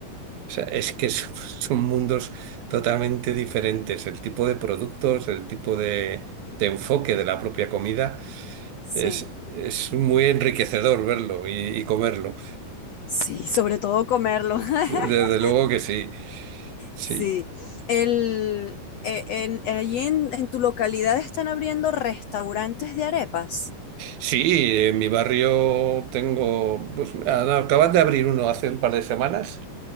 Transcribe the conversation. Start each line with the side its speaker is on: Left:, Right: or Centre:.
Right: O sea, es que son, <laughs> son mundos totalmente diferentes. El tipo de productos, el tipo de, de enfoque de la propia comida
Left: sí,
Right: es, es muy enriquecedor verlo y, y comerlo.
Left: sí, sobre todo comerlo. <laughs>
Right: Desde luego que sí. Sí,
Left: Sí, el, e- en, allí en, en tu localidad están abriendo restaurantes de arepas.
Right: sí, en mi barrio tengo, pues, ah, no, acaban de abrir uno hace un par de semanas